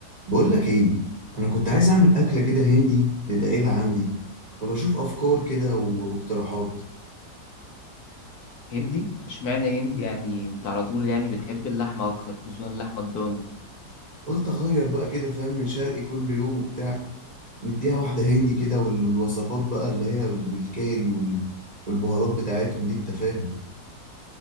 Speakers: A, on the right (about 35°); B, on the left (about 65°).
A: بقول لك ايه انا كنت عايز اعمل اكله كده هندي للعيله عندي فبشوف افكار كده و- واقتراحات
B: هندي اشمعنى هندي يعني انت على طول يعني بتحب اللحمة اكتر خصوصا اللحمة الضاني
A: قلت اغير بقى كده فاهم من شرقي كل يوم وبتاع نديها واحده هندي كده وال- والوصفات بقى اللي هي بال- بالكاري وال- والبهارات بتاعتهم دي انت فاهم